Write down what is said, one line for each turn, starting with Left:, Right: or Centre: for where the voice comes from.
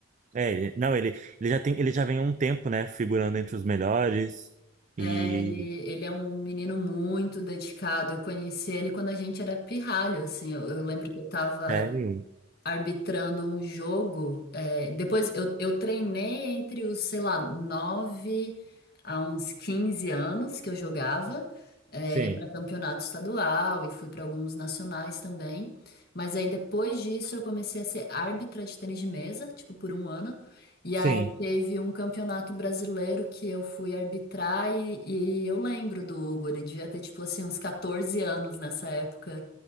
Right: É, ele, não, ele, ele já tem, ele já vem há um tempo, né, figurando entre os melhores. E
Left: É, ele, ele é um menino muito dedicado. Eu conheci ele quando a gente era pirralho, assim. Eu, eu lembro que eu tava
Right: sério?
Left: arbitrando um jogo. é, depois eu, eu treinei entre os, sei lá, 9 a uns 15 anos que eu jogava. é,
Right: Sim.
Left: ia para campeonato estadual e fui para alguns nacionais também. Mas aí depois disso eu comecei a ser árbitra de tênis de mesa, tipo por um ano. E
Right: Sim.
Left: aí teve um campeonato brasileiro que eu fui arbitrar e, e eu lembro do Hugo, ele devia ter tipo assim uns 14 anos nessa época.